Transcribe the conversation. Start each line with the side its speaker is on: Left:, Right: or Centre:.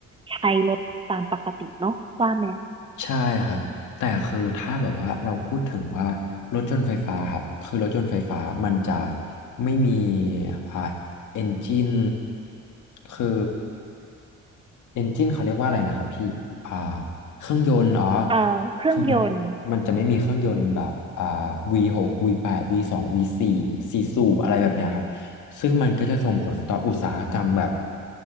Right: ใช้รถตามปกติเนาะว่าไหม
Left: ใช่ครับแต่คือถ้าแบบว่าเราพูดถึงว่ารถยนต์ไฟฟ้าครับคือรถยนต์ไฟฟ้ามันจะไม่มีอ่าเอนจินคือเอนจินเขาเรียกว่าอะไรนะครับพี่อ่าเครื่องยนต์อ๋อ
Right: เอ่อเครื่องยนต์
Left: คือมันมันจะไม่มีเครื่องยนต์แบบอ่า V6 V8 V2 V4 สองวีสี่สสูบอะไรแบบเนี้ยครับซึ่งมันก็จะส่งผลต่ออุตสาหกรรมแบบ